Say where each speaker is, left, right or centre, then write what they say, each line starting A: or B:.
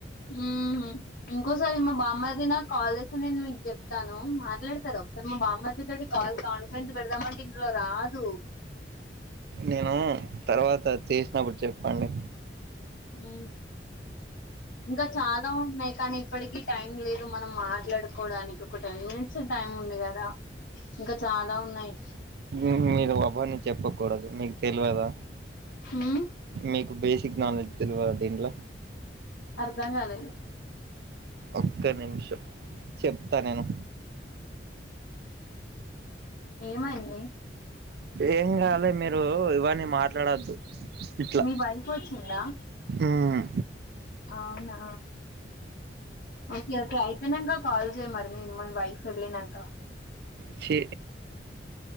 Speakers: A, on the left; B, on the right.
A: ఉహ్మ్ ఇంకోసారి మా బామ్మారిది నాక్ కాల్ చేస్తె నేన్ మీకు చెప్తాను మాట్లాడతారు ఒకసారి మా బామ్మరిదితోటి కాల్ కాన్ఫిడెన్స్ పెడదామంటే ఇంద్లో రాదు
B: నేను తర్వాత చేసినప్పుడు చెప్పండి
A: ఉమ్ ఇంకా చాలా ఉన్నాయి కానీ ఇప్పడికి టైం లేదు మనం మాట్లాడుకోడానికి ఒక టెన్ మినిట్స్ఎ టైం ఉంది కదా ఇంకా చాలా ఉన్నాయి
B: ఉహ్ మీరు అవన్ని చెప్పకూడదు మీకు తెల్వదా
A: ఉమ్,
B: మీకు బేసిక్ నాలెడ్జ్ తెల్వాదా దీంట్ల
A: అర్ధం కాలేదు
B: ఒక్క నిమిషం చెప్తా నేను
A: ఏమైంది
B: ఏం గాలే మీరు ఇవన్నీ మాట్లాడద్దు ఇట్లా
A: మీ వైఫ్ వచ్చిందా
B: ఉమ్
A: అవునా ఓకే ఓకే అయిపోయినంక కాల్ చేయ్ మరి మ్మాయి వైఫ్ ఎల్లినంక
B: చి